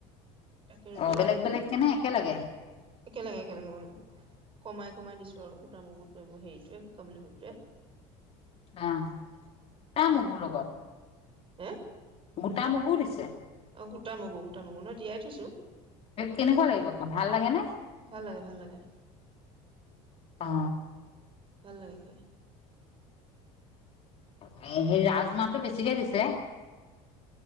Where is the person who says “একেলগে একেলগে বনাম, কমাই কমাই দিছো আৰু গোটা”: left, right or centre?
Right